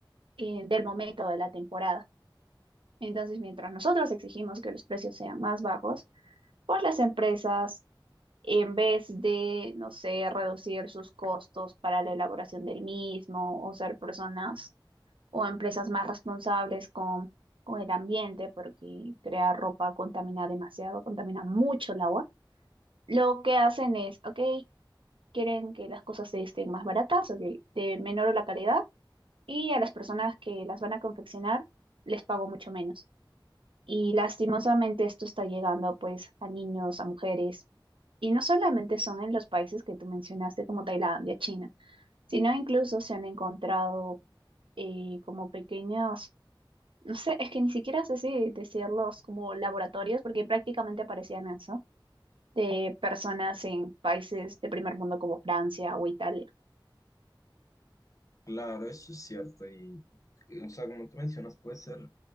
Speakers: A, on the right; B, on the left.
A: eh, del momento de la temporada. Entonces, mientras nosotros exigimos que los precios sean más bajos, pues las empresas, en vez de, no sé, reducir sus costos para la elaboración del mismo o ser personas o empresas más responsables con, con el ambiente, porque crear ropa contamina demasiado, contamina mucho el agua, lo que hacen es, ok, quieren que las cosas estén más baratas, ok, de menor la calidad, y a las personas que las van a confeccionar les pago mucho menos. Y lastimosamente esto está llegando pues a niños, a mujeres. Y no solamente son en los países que tú mencionaste como Tailandia, China, sino incluso se han encontrado eh, como pequeños, no sé, es que ni siquiera sé si decirlos como laboratorios, porque prácticamente parecían eso, de personas en países de primer mundo como Francia o Italia.
B: Claro, eso es cierto. Y, o sea, como tú mencionas, puede ser